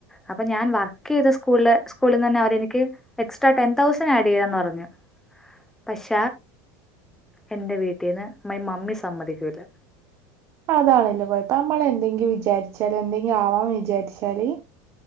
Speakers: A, in the centre; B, on the right (about 35°).
A: അപ്പൊ ഞാൻ വർക്ക് ചെയ്ത സ്കൂളിൽ സ്കൂളിന്ന് തന്നെ അവര് എനിക്ക്. എക്സ്ട്രാ ടെൻ തൗസൻറ് ആഡ് ചെയ്യാന്ന് പറഞ്ഞു. പക്ഷ എൻ്റെ വീട്ടീന്ന് മൈ മമ്മി സമ്മതിക്കൂല
B: അതാണൻ്റെ കുഴപ്പ നമ്മളെന്തെങ്കിലും വിചാരിച്ചാല്എന്തെങ്കിലും ആവാന്ന് വിചാരിച്ചാല്